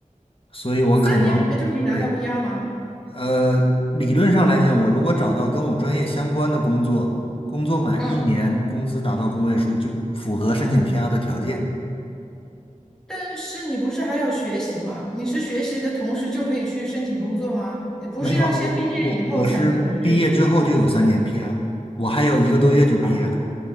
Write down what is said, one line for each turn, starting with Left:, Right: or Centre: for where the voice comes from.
Left: 所以我可能对，
Centre: 三年里面就可以拿到 PR 吗？
Left: 呃，理论上来讲，我如果找到跟我专业相关的工作，工作满一年，
Centre: 嗯。
Left: 工资达到工位数，就符合申请 PR 的条件。
Centre: 但是你不是还要学习吗？你是学习的同时就可以去申请工作吗？不是要先毕业以后才能去
Left: 没有啊，我我我是毕业之后就有三年 PR，我还有一个多月就毕业了。
Centre: 啊？